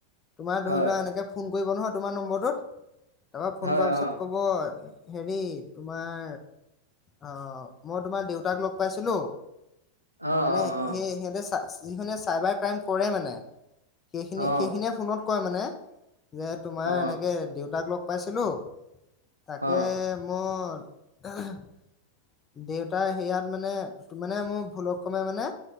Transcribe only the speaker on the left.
তোমাৰ ধৰি
লোৱা এনেকে ফোন কৰিব নহয় তোমাৰ নম্বৰটোত। তাৰপৰা ফোন
কৰাৰ
পিছত ক'ব? হেৰি তোমাৰ অ, মই তোমাৰ দেউতাক লগ পাইছিলো।
মানে
সেই সিহঁতে চ যিখনে চাইবাৰ ক্ৰাইম কৰে মানে। সেইখিনিয়ে-সেইখিনিয়ে
ফোনত কয়, মানে। যে তোমাৰ
এনেকে দেউতাক লগ পাইছিলোঁ, তাকে
মোৰ আহ <unintelligible> দেউতাৰ সেয়াত মানে-মানে মোৰ ভুলক ক্ৰমে মানে